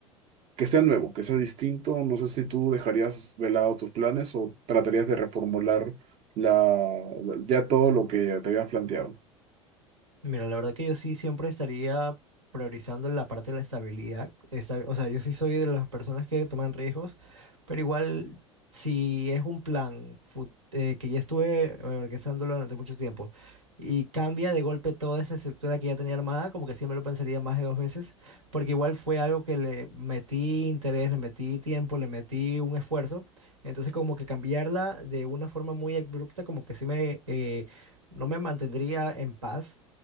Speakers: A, on the right; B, on the right.
A: que sea nuevo, que sea distinto. No sé si tú dejarías de lado tus planes o tratarías de reformular la, la- ya todo lo que te habías planteado.
B: Mira, la verdad que yo sí siempre estaría priorizando la parte de la estabilidad. esta- o sea, yo sí soy de las personas que toman riesgos, pero igual si es un plan fut- eh, que ya estuve eh, organizándolo durante mucho tiempo y cambia de golpe toda esa estructura que ya tenía armada, como que siempre lo pensaría más de dos veces, porque igual fue algo que le metí interés, le metí tiempo, le metí un esfuerzo. Entonces como que cambiarla de una forma muy abrupta, como que sí me... eh, no me mantendría en paz.